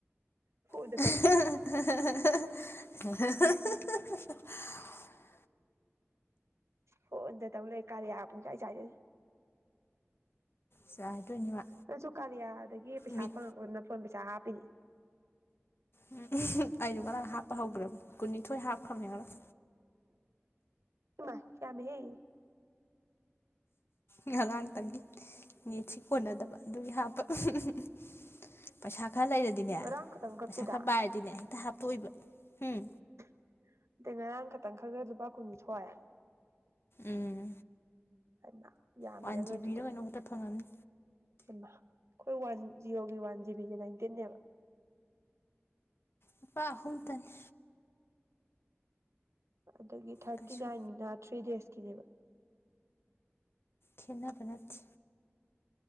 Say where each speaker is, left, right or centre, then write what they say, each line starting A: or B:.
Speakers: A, on the right (about 90°); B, on the left (about 60°).
A: <inaudible>
B: <unintelligible>
A: ꯐꯣꯟ ꯗ ꯇꯧ ꯂꯩ ꯀꯥꯔꯤꯌꯥ ꯄꯨꯡꯆꯥꯏ ꯆꯥꯏꯖꯅꯤ
B: ꯆꯥꯏꯗꯣꯏꯅꯤ ꯃꯥ
A: ꯑꯩꯁꯨ ꯀꯥꯔꯤꯌꯥꯗꯒꯤ ꯄꯩꯁꯥ
B: ꯃꯤꯠ
A: ꯐꯪꯉꯛꯄꯗꯨꯅ ꯐꯣꯟ ꯄꯩꯁꯥ ꯍꯥꯞꯄꯤꯅꯦ
B: <inaudible> ꯑꯩꯁꯨ ꯉꯔꯥꯡ ꯍꯥꯞꯄ ꯍꯧꯈ꯭ꯔꯕꯅꯤ ꯀꯨꯟꯅꯤꯊꯣꯏ ꯍꯥꯞꯈ꯭ꯔꯕꯅꯤ ꯉꯔꯥꯡ
A: <inaudible> ꯏꯃꯥꯏ ꯌꯥꯝꯃꯦꯍꯦ
B: ꯉꯔꯥꯡꯇꯪꯒꯤ ꯅꯦꯠꯁꯤ ꯀꯣꯟꯅꯗꯕ ꯑꯗꯨꯒꯤ ꯍꯥꯞꯄ <inaudible> ꯄꯩꯁꯥ ꯈꯔ ꯂꯩꯔꯗꯤꯅꯦ
A: ꯉꯔꯥꯡ ꯈꯛꯇꯪ ꯈꯛꯀꯤꯗ
B: ꯄꯩꯁꯥ ꯈꯔ ꯄꯥꯏꯔꯗꯤꯅꯦ ꯍꯦꯛꯇ ꯍꯥꯞꯇꯣꯛꯏꯕ ꯍꯨꯝ
A: <inaudible> ꯑꯗꯩ ꯉꯔꯥꯡ ꯈꯛꯇꯪ ꯈꯟꯂꯒ ꯂꯨꯄꯥ ꯀꯨꯟ ꯁꯣꯛꯑꯦ
B: ꯎꯝ
A: ꯍꯥꯏꯃ ꯌꯥꯝꯃꯤꯅ
B: ꯋꯥꯟ
A: ꯅꯣꯏꯗꯨꯗꯤ
B: ꯖꯤꯕꯤ ꯔ ꯀꯩꯅꯣ ꯈꯛꯇ ꯐꯪꯉꯝꯅꯤ
A: ꯍꯩꯃ ꯑꯩꯈꯣꯏ ꯋꯥꯟ ꯖꯤꯑꯣꯒꯤ ꯋꯥꯟ ꯖꯤꯕꯤꯗꯤ ꯅꯥꯏꯟꯇꯤꯟꯅꯦꯕ
B: ꯂꯨꯄꯥ ꯑꯍꯨꯝꯇꯅꯤ
A: ꯑꯗꯒꯤ ꯊꯥꯔꯇꯤ
B: ꯀꯩꯁꯨ
A: ꯅꯥꯏꯟꯒꯤꯅ ꯊ꯭ꯔꯤ ꯗꯦꯁꯀꯤꯅꯦꯕ
B: ꯈꯦꯠꯅꯕ ꯅꯠꯇꯦ